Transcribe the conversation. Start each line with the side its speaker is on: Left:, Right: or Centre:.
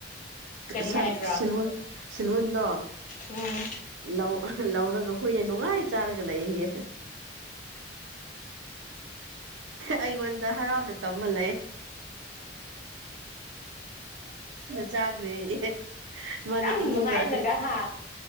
Left: ꯀꯔꯤ
Right: ꯁꯟ
Left: ꯍꯥꯏꯕ꯭ꯔꯥ
Right: ꯁꯤꯜ ꯂꯨꯟ ꯁꯤꯜ ꯂꯨꯟꯗꯣ
Left: ꯎꯝ
Right: ꯂꯧ ꯂꯧꯔꯒ ꯍꯣꯏꯅ ꯅꯨꯡꯉꯥꯏ ꯆꯥꯔꯒ ꯂꯩꯍ ꯑꯩꯉꯣꯟꯗ ꯍꯔꯥꯎꯅ ꯇꯝꯃ ꯂꯩꯅ ꯆꯥꯒꯔ꯭ꯦꯌꯦ ꯃꯥꯅꯦ
Left: ꯌꯥꯝ
Right: ꯏꯃꯨꯡꯗ
Left: ꯅꯨꯡꯉꯥꯏꯅꯒ
Right: ꯑꯗꯨ
Left: ꯍꯥ